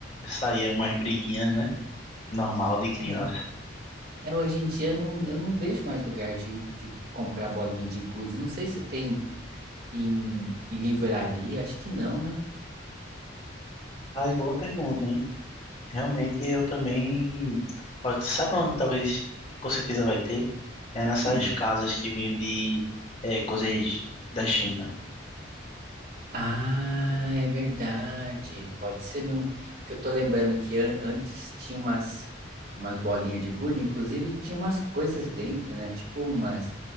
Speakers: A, on the left (about 35°); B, on the right (about 50°).
A: saía umas briguinhas, né? Normal de criança.
B: É. É, hoje em dia eu não, eu não vejo mais lugar de, de comprar bolinha de gude. Não sei se tem em, em livraria, acho que não, né?
A: Mas boa pergunta, hein? Realmente eu também. Ó, Sabe onde talvez, com certeza vai ter? É nessas
B: Hum.
A: casas que vendem é, coisas da China.
B: Ah, é verdade. Pode ser mesmo. Que eu tô lembrando que an- antes tinha umas, umas bolinhas de gude, inclusive tinha umas coisas dentro, né? Tipo umas,